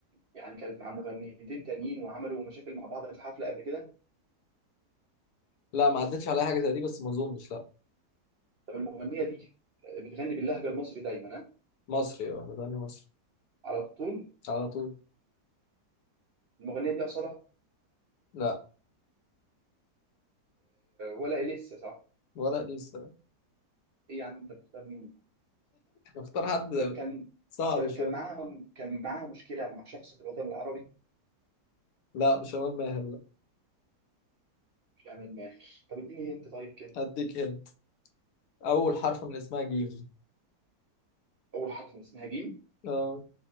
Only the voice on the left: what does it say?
لا ما عدتش على حاجة زي دي بس ما اظنش لا
مصري اه انا بغني مصري
على طول
لا
ولا لسه
نختار حد
صعب
شوية
لا مش شمال ماهر لا
هديك هنت أول حرف من اسمها جيم
اه